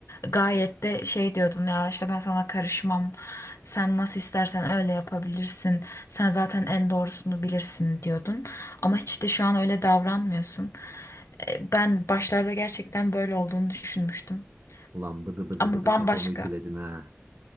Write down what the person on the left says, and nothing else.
gayet de şey diyordun ya işte ben sana karışmam. Sen nasıl istersen öyle yapabilirsin. Sen zaten en doğrusunu bilirsin diyordun. Ama hiç de şu an öyle davranmıyorsun. E, Ben başlarda gerçekten böyle olduğunu düşünmüştüm.
Ama
bambaşka.